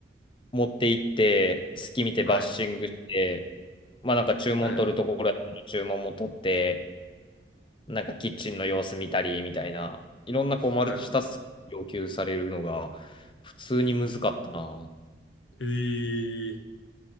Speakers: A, on the left; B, on the left.
A: 持って行って、隙見てバッシングして、
B: はい。
A: まあなんか注文取るところや注文も取って、
B: はいはい。
A: なんかキッチンの様子見たりみたいな、いろんなこうマルチタスク要求されるのが
B: はい。
A: 普通に難かったな。
B: ええー